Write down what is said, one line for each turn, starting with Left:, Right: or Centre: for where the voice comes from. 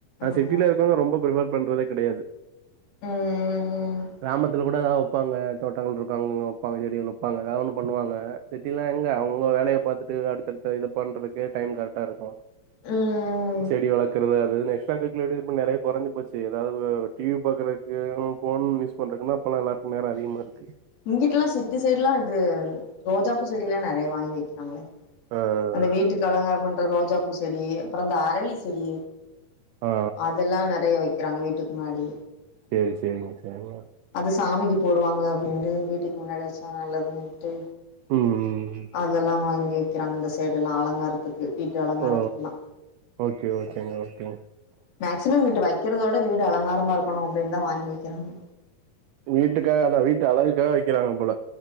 Right: அ
Left: ஆமா
Right: சிட்டில இருக்குரவ்ங்க ரொம்ப ப்ரிப்பேர் பண்றதே கடையாது
Left: ம் ம் ம்
Right: கிராமத்துல கூட எதா வப்பாங்க தோட்டங்கள்ருக்கு அங்கங்இது வப்பாங்க செடிகள் வப்பாங்க எதா ஒன்னு பண்ணுவாங்க சிட்டிலா எங்க அவ்ங் அவ்ங்க வேலய பாத்துட்டு அடுத்தடுத்த இது பண்றதுக்கே டைம் கரக்டா இருக்கு
Left: ம் ம் ம்
Right: செடி வளக்குறது அது இதுன்னே <unintelligible> நறைய கொறஞ்ச்சி போச்சு எதாவ்து டிவி பாக்குறதுக்கு ஃபோன் யூஸ் பண்றக்குன்னா இப்பல்லா எல்லர்க்கு நேர அதிகமாருக்கு
Left: இங்கிட்டல்லா சிட்டி சைடுல்லா இது ரோஜாப்பூ செடி எல்லா நெறைய வாங்கி வக்கிறாங்ளே
Right: ஆ.
Left: அந்த வீட்டுக்கு அலங்கார பண்ற ரோஜாப்பூ செடி அப்புற இந்த அரளி செடி
Right: ஆ
Left: அதல்லா நறைய வக்கிறாங்க வீட்டுக் முன்னாடி
Right: சேரி சேரிங்க சரிங்க
Left: அது சாமிக்கு போடுவாங்க அப்டின்ட்டு வீட்டுக்கு முன்னாடி வச்சா நல்லதுன்ட்டு
Right: ம் ம்
Left: அதல்லா வாங்கி வக்கிறாங்க இந்த சைடுல்லா அலங்காரத்துக்கு வீட்டு அலங்காரத்துக்குல்லா
Right: ஆ ஓகே ஓகேங்க ஓகேங்க
Left: மேக்சிமம் வீட்டு வைக்கிறதோட வீடு அலங்காரமா இருக்கணு அப்டின்தா வாங்கி வக்கிறாங்க
Right: வீட்டுக்காக அதா வீட்டு அழகுக்காக வக்கிறாங்க போல